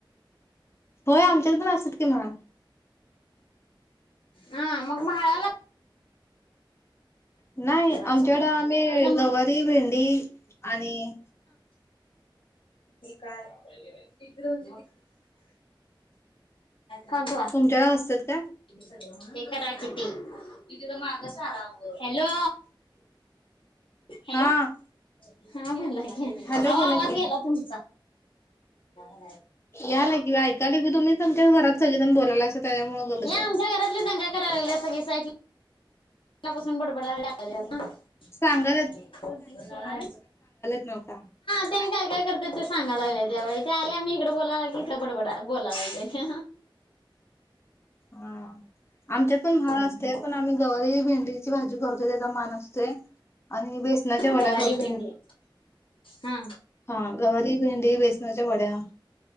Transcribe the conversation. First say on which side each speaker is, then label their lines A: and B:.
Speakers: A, on the left (about 30°); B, on the left (about 75°).
A: होय आमच्यात पण असत्यात की म्हाळ
B: हा मग म्हाळाला
A: नाही
B: ह
A: आमच्याकडे
B: <inaudible>
A: आम्ही गवारी भेंडी आणि
B: काय <inaudible> थांब थोडा
A: तुमच्याकडे असतात का
B: हे करा ते <inaudible> हे तीत माग साराव. Hello hello.
A: हा
B: हा बोला
A: हॅलो
B: आओ आवाज
A: बोला की
B: गेला तुमचा हे
A: याला की ऐकायला की तुम्ही तुमच्याच घरात सगळेजण बोलायला असं त्याच्यामुळे उगं बसलेला.
B: आमच्या घरातली दंगा दंगा करायला लागल्यात सगळी साईट साईटला बसून बडबडायला लागल्यात ना
A: चांग
B: हा
A: <inaudible> नव का
B: त्यांनी काय काय करत्यात ते सांगाला लागल्या जेवाय ते आल्या आम्ही इकडे बोलाय लागलोय इथं बडबडाय बोलाय लागले
A: हा आमच्यात पण म्हाळ
B: हम्म
A: असय
B: हम्म
A: पण आम्ही गवारी भेंडीची भाजी करतोय त्याचा मान असतोय आणि बेसनाच्या वड्या
B: गवारी
A: करतोय
B: भेंडी हा.
A: हा गवरी भिंडी बेसण्याच्या वड्या